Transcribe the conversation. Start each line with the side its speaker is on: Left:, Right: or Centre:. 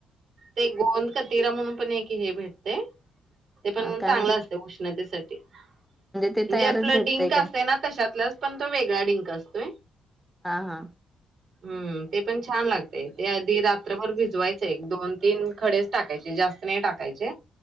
Right: ते गोंद क तिरा म्हणून पण एक हे भेटते ते पण
Centre: हा काय
Right: चांगलं
Centre: म्हणजे
Right: असत उष्णतेसाठी म्हणजे
Centre: ते तयारच
Right: आपलं
Centre: भेटतय
Right: डिंक
Centre: काय
Right: असत ना तशातलच पण तो वेगळा डिंक असतोय.
Centre: हा, हा.
Right: हम्म ते पण छान लागतय ते आधी रात्रभर भिजवायचं एक, दोन तीन खडेच टाकायचे जास्त नाही टाकायचे